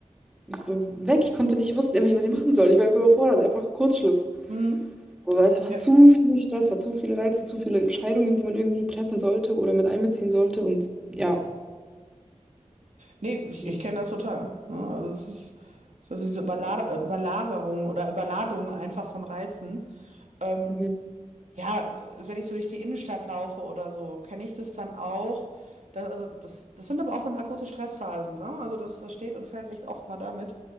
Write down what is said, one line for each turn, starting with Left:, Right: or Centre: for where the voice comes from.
Centre: ich war weg, ich konnte nicht, ich wusste einfach nicht, was ich machen soll. Ich war einfach überfordert, einfach Kurzschluss.
Right: Mhm.
Centre: Oder es war
Right: Ja.
Centre: zu viel Stress, war zu viele Reize, zu viele Entscheidungen, die man irgendwie treffen sollte oder mit einbeziehen sollte und ja.
Right: Nee, ich,
Centre: Ja.
Right: ich kenne das total. Ja, also es ist, es ist diese Überlader- Überlagerung oder Überladung einfach von Reizen. Ähm,
Centre: Mhm.
Right: Ja, wenn ich so durch die Innenstadt laufe oder so, kenne ich das dann auch. Das, also das, das sind aber auch dann akute Stressphasen, ne? Also das, das steht und fällt echt auch immer damit.